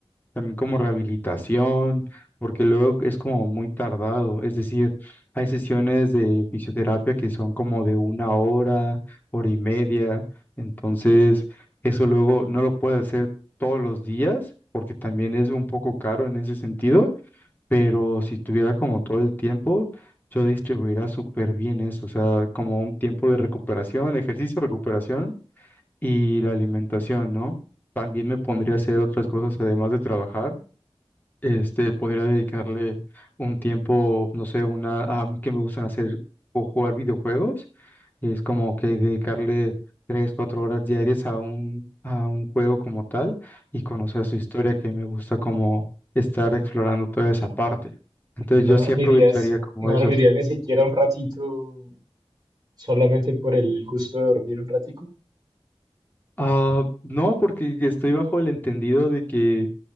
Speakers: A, on the left (about 20°); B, on the right (about 40°).
A: también como rehabilitación, porque luego es como muy tardado, es decir, hay sesiones de fisioterapia que son como de una hora, hora y media, entonces eso luego no lo puedes hacer todos los días, porque también es un poco caro en ese sentido, pero si tuviera como todo el tiempo, yo distribuiría súper bien eso, o sea, como un tiempo de recuperación, ejercicio, recuperación y la alimentación, ¿no? También me pondría a hacer otras cosas además de trabajar este, podría dedicarle un tiempo, no sé, una, a mí que me gustan hacer o jugar videojuegos, es como que dedicarle tres, cuatro horas diarias a un, a un juego como tal y conocer su historia, que me gusta como estar explorando toda esa parte. Entonces
B: No
A: yo sí
B: dormirías,
A: aprovecharía como
B: no
A: eso.
B: dormirías ni siquiera un ratito solamente por el gusto de dormir un ratico.
A: Ah, no, porque estoy bajo el entendido de que